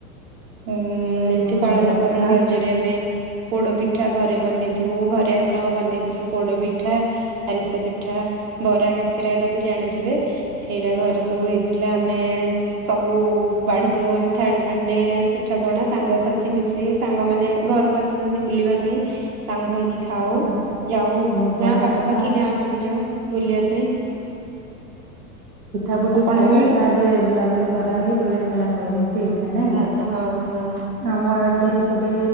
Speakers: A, on the right; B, on the right.
A: ଉଁ ଏମିତି
B: ବହୁତ
A: ପାଳନ
B: ବଢିଆ
A: କରୁ
B: କଥା।
A: ରଜରେ ଆମେ ପୋଡ଼ ପି ପିଠା ଘରେ ବନେଇଥିବୁ ଘରେ ଆମର ବନେଇଥିଲୁ ପୋଡ଼ ପିଠା ଆରିସା ପିଠା ବରା କାକରା ଏରା ତ ଜାଣିଥିବେ ଏଇଟା ଘରେ ସବୁ ହେଇଥିଲା ଆମେ ସବୁ ବାଢ଼ି ଦଉ ଆମେ ଥାଳି ମା ମାନେ ପିଠା ପଣା ସାଙ୍ଗସାଥି ମିଶିକି ସାଙ୍ଗ ମାନେ ଘରକୁ ଆସନ୍ତି ବୁଲିବା ପାଇଁ ସାଙ୍ଗ ହେଇକି। ଖାଉ
B: ଆଚ୍ଛା
A: ଯାଉ
B: ବହୁତ ବଢିଆ
A: ଗାଁ ପାଖାପାଖି
B: କଥା
A: ଗାଁକୁ ବି ଯାଉ ବୁଲିଆ ପାଇଁ।
B: ପିଠା ପୁଠି
A: ଆପଣଙ୍କ
B: ଖାଇ
A: ଆଡେ
B: ଗାଁ ରେ ବୁଲାବୁଲି କରାହେଇ ଦୋଳି ଖେଳା ହୁଏ ହେମ ତି ଥାଏ ନା କି
A: ହଁ ହଁ ହଁ
B: ଆମ ଆଡେ। ଗୋଟେ